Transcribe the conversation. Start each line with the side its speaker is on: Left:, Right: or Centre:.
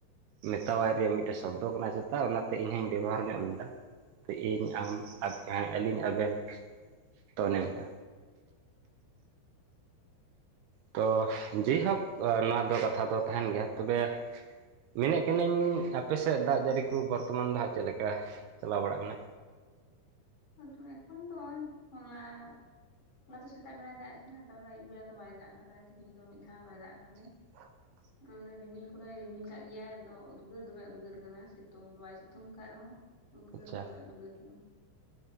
Right: ᱢᱮᱛᱟᱣᱟᱭ ᱨᱮᱭᱟᱜ ᱢᱤᱫᱴᱟᱜ ᱥᱚᱵᱽᱫᱚ ᱠᱟᱱᱟ ᱪᱮᱛᱟᱜ ᱚᱱᱟᱛᱮ ᱤᱧ ᱦᱚᱸᱧ ᱵᱮᱵᱚᱦᱟᱨ ᱧᱚᱜ ᱞᱮᱫᱟ, ᱤᱧ ᱟᱢ ᱡᱟᱦᱟᱸ ᱟᱹᱞᱤᱧ ᱟᱵᱮᱱ ᱛᱚ ᱚᱱᱮ ᱚᱱᱠᱟ, ᱛᱚ ᱡᱮᱭ ᱦᱳᱠ ᱱᱚᱣᱟ ᱫᱚ ᱠᱟᱛᱷᱟ ᱫᱚ ᱛᱟᱦᱮᱱ ᱜᱮᱭᱟ ᱛᱚᱵᱮ, ᱢᱮᱱᱮᱫ ᱠᱟᱹᱱᱟᱹᱧ ᱟᱯᱮᱥᱮᱫ ᱫᱟᱜ ᱡᱟᱹᱲᱤ ᱠᱚ ᱵᱚᱨᱛᱚᱢᱟᱱ ᱫᱚ ᱦᱟᱸᱜ ᱪᱮᱫ ᱞᱮᱠᱟ ᱪᱟᱞᱟᱣ ᱵᱟᱲᱟᱜ ᱠᱟᱱᱟ᱾
Left: ᱟ ᱮᱠᱷᱚᱱ ᱫᱚ ᱦᱚᱞᱟ ᱦᱚᱞᱟ ᱫᱚ ᱥᱮᱛᱟᱜ ᱵᱮᱲᱟᱭ ᱫᱟᱜ ᱛᱟᱦᱮᱱᱟ ᱱᱟᱨᱲᱟ ᱟᱹᱭᱩᱵ ᱵᱮᱲᱟ ᱫᱚ ᱵᱟᱭ ᱫᱟᱜ ᱟᱠᱟᱫᱟ ᱛᱤᱦᱤᱱ ᱫᱚ ᱢᱤᱫ ᱫᱷᱟᱣ ᱵᱟᱭ ᱫᱟᱷᱜ ᱠᱟᱫᱟᱭ
Right: <inaudible>
Left: ᱚᱱᱮ ᱨᱤᱢᱤᱞ ᱠᱚᱫᱚ ᱨᱤᱢᱤᱞ ᱠᱟᱜ ᱜᱮᱭᱟᱭ ᱟᱫᱚ ᱩᱫᱽᱜᱟᱹᱨ ᱫᱚᱢᱮ ᱩᱫᱽᱜᱟᱹᱨ ᱠᱟᱱᱟ ᱥᱤᱛᱩᱝ ᱫᱚ ᱵᱟᱭ ᱥᱤᱛᱩᱝ ᱟᱠᱟᱫ ᱨᱮᱦᱚᱸ ᱩᱫᱽᱜᱟᱹᱨ
Right: ᱟᱪᱪᱷᱟ
Left: ᱫᱚ ᱫᱚᱢᱮ ᱩᱫᱽᱜᱟᱹᱨ ᱠᱟᱱᱟ᱾